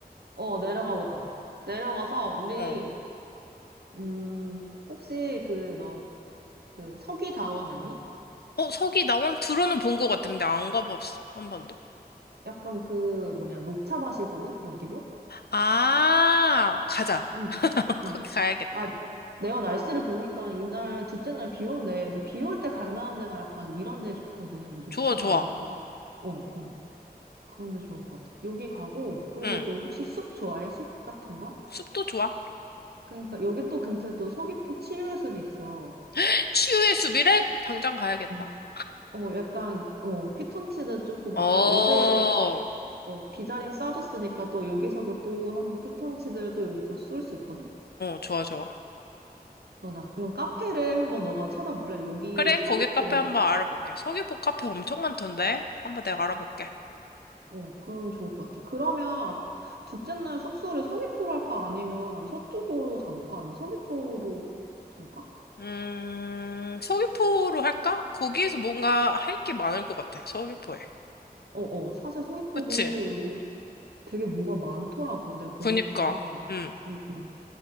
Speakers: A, on the right (about 75°); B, on the left (about 75°).
A: 어, 내려가 보자. 내려가서 우리
B: 어.
A: 음 혹시 그 너 그 서귀다원 아니?
B: 어, 서기 나원 들어는 본 것 같아. 근데 안 가봤어. 한 번도.
A: 약간 그 뭐냐 녹차 밭이거든 여기도?
B: 아, 가자.
A: 응.
B: <laughs>
A: 어.
B: 거기 가야겠다.
A: 아 내가 날씨를 보니까 이날 둘째 날 비 온대. 그래서 비올 때 갈 만한 데가 약간 이런 데 좋거든. 녹차밭
B: 좋아, 좋아.
A: 이렇게. 어, 어. 그런 데 좋을 것 같아. 여기 가고 그리고
B: 응.
A: 또 혹시 숲 좋아해? 숲 같은 거?
B: 숲도 좋아.
A: 그러니까 여기 또 근처에 또 서귀포 치유예술이 있어.
B: <laughs> 치유의 숲이래? 당장 가야겠다.
A: 음. 어, 약간, 어, 피톤치드 조금,
B: 어,
A: 아까
B: 어,
A: 어제, 어, 비자린 싸줬으니까 또 여기서도 또 한번 피톤치드를 또 여기 또 쏠 수 있거든?
B: 좋아, 좋아.
A: 그아 그럼 카페를 한번 너가 찾아볼래? 여기
B: 그래,
A: 서귀포거든?
B: 거기 카페 한번 알아볼게. 서귀포 카페 엄청 많던데? 한번 내가 알아볼게.
A: 어, 그러면 좋을 것 같아. 그러면 아- 둘째 날 숙소를 서귀포로 할까? 아니면 서쪽으로 잡을까? 아니면 서귀포로 잡을까?
B: 음, 서귀포로 할까? 거기에서 뭔가 할 게 많을 것 같아, 서귀포에.
A: 어, 어. 사실 서귀포도
B: 그치?
A: 여기 되게 뭐가 많더라고. 내가 보니까.
B: 그니까, 음.
A: 응응.